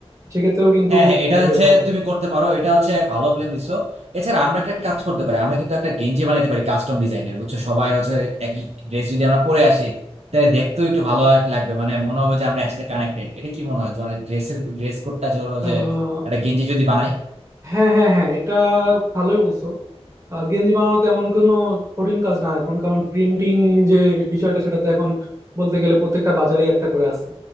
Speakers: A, on the right (about 30°); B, on the right (about 75°).
A: সেক্ষেত্রেও কিন্তু
B: হ্যাঁ হ্যাঁ এটা
A: তোমার
B: হচ্ছে
A: বেশ ভালো হয়
B: তুমি করতে পারো এটা হচ্ছে ভালো প্ল্যান দিছো এছাড়া আমরা একটা কাজ করতে পারি আমরা কিন্তু একটা গেঞ্জি বানাইতে পারি কাস্টম ডিজাইনের বুঝছো সবাই হচ্ছে একই ড্রেস যদি আমরা পরে আসি তাহলে দেখতেও একটু ভালো লাগবে মানে মনে হবে যে আমরা একসাথে কানেক্টেড এটা কি মনে হয় তোমার ড্রেসের ড্রেস কোডটা ধরো
A: আহ,
B: যে একটা গেঞ্জি যদি বানাই
A: হ্যাঁ হ্যাঁ হ্যাঁ এটা ভালোই বলছো আহ, গেঞ্জি বানানো তো এমন কোনো কঠিন কাজ না এখন কারণ প্রিন্টিং যে বিষয়টা সেটা তো এখন বলতে গেলে প্রত্যেকটা বাজারেই একটা করে আছে